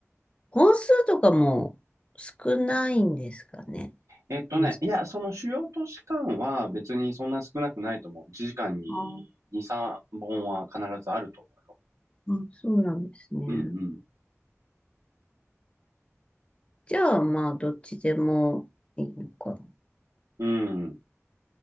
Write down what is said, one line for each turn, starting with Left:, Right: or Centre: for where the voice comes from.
Left: 本数とかも少ないんですかね。
Right: えっとね、
Left: う
Right: いや、その主要都市間は別にそんな少なくないと思う。1時間に2、
Left: んあ
Right: 3本は必ずあると思うよ。
Left: あ、そうなんですね。
Right: うん
Left: じゃあ、まあ、どっちでもいいのか
Right: うん。うん。